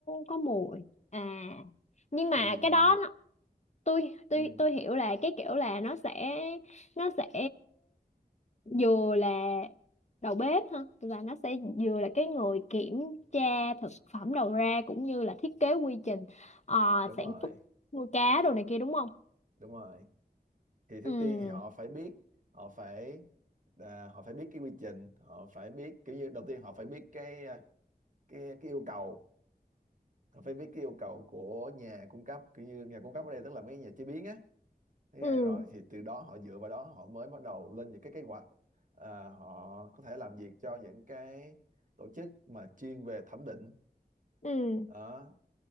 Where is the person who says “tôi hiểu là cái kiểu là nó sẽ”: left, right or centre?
Left